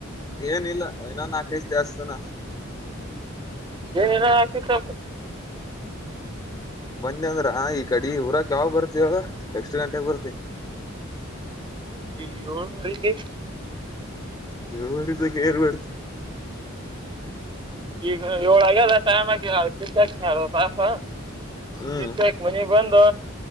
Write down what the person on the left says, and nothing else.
ಏನಲ್ಲ ನಾ ನಾಕಸತೆ ಅತಾನ
ಬಂದಿ ಅಂದ್ರ ಈ ಕಡೆ ಊರಕ್ ಯಾವಾಗ ಬರ್ತಿವಳು ಎಕ್ಷ್ಟ್ ಗಂಟೆೆಗೆ ಬರ್ತಿ
ಇವರಿದ್ದಕ್ಕೆ ಏರ್ಬಡ್ತಿ
ಹ್ಮ್